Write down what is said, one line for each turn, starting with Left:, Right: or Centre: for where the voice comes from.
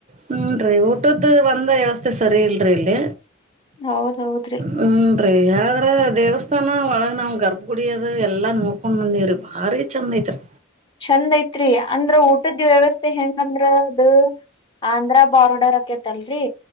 Right: ಹ್ಮ ಹುಂಡ್ರಿ ಊಟದೊಂದು ಒಂದ ವ್ಯವಸ್ಥೆ ಸರಿ ಇಲ್ರಿ ಇಲ್ಲಿ
Left: ಹೌದ್ ಹೌದ್ರಿ
Right: ಹ್ಮೀ ಯಾರಾದ್ರೆ ದೇವಸ್ಥಾನ ತನ ಒಳಗೆ ನಾವು ಗರ್ಭ ಕುುಡಿಯೋದು ಎಲ್ಲ ನೋಡ್ಕೊಂಡು ಬಂದೀವಿ ರೀ ಭಾರಿ ಚೆಂದ ಐತ್ ರೀ
Left: ಚಂದ ಐತ್ರಿ ಅಂದ್ರ ಊಟದ್ದ ವ್ಯವಸ್ಥೆ ಹೆಂಗಂದ್ರ ಅದು ಆಧ್ರ ಬಾರ್ಡರ್ಕತಲ್ರಿ